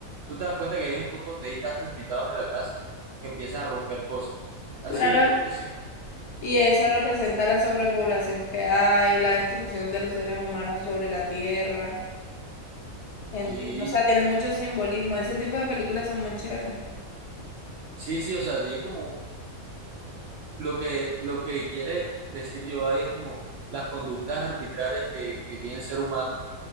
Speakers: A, on the right (about 65°); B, on the left (about 60°).
A: tú te das cuenta que hay un punto donde hay tantos invitados en la casa que empiezan a romper cosas. Así,
B: Claro.
A: porque sí,
B: Y eso representa la sobrepoblación que hay, la destrucción de los seres humanos sobre la tierra. En-
A: sí,
B: o sea, tiene mucho simbolismo. Ese tipo de películas son muy chéveres.
A: sí, sí, o sea, tienen como lo que, lo que quiere decir yo ahí es como las conductas arbitrarias que, que tiene el ser humano